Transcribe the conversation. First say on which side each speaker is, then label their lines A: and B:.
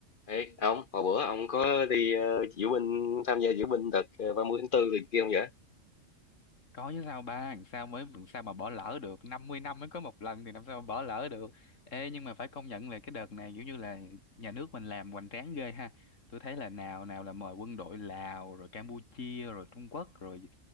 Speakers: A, on the left; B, on the left.
A: Ê, ông, hồi bữa ông có đi ờ, diễu binh, tham gia diễu binh đợt ờ, 30 tháng 4 thì kia không vậy?
B: có chứ sao ba làm sao mới làm sao mà bỏ lỡ được 50 năm mới có một lần thì làm sao mà bỏ lỡ được ê nhưng mà phải công nhận là cái đợt này kiểu như là nhà nước mình làm hoành tráng ghê ha tôi thấy là nào nào là mời quân đội Lào rồi Campuchia rồi Trung Quốc rồi